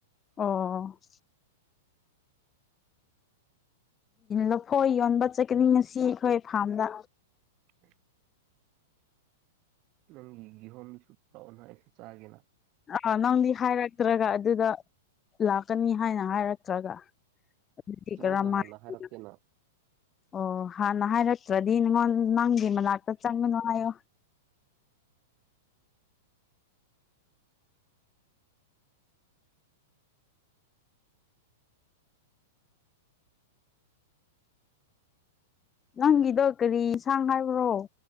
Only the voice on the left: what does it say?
ꯑꯣ ꯂꯐꯣꯏ ꯌꯣꯟꯕ ꯆꯠꯀꯅꯤ ꯉꯁꯤ ꯑꯩꯈꯣꯏ ꯐꯥꯝꯗ
ꯑꯥ ꯅꯪꯗꯤ ꯍꯥꯏꯔꯛꯇ꯭ꯔꯒ ꯑꯗꯨꯗ ꯂꯥꯛꯀꯅꯤ ꯍꯥꯏꯅ ꯍꯥꯏꯔꯛꯇ꯭ꯔꯒ ꯑꯗꯨꯒꯤ
ꯀꯔꯃꯥꯏꯅ
ꯑꯗꯨꯗ
ꯑꯣ ꯍꯥꯟꯅ ꯍꯥꯏꯔꯛꯇ꯭ꯔꯗꯤ ꯅꯪ ꯅꯪꯒꯤ ꯃꯅꯥꯛꯇ ꯆꯪꯒꯅꯨ ꯍꯥꯏꯌꯣ ꯅꯪꯒꯤꯗꯣ ꯀꯔꯤ ꯏꯟꯁꯥꯡ ꯍꯥꯏꯕ꯭ꯔꯣ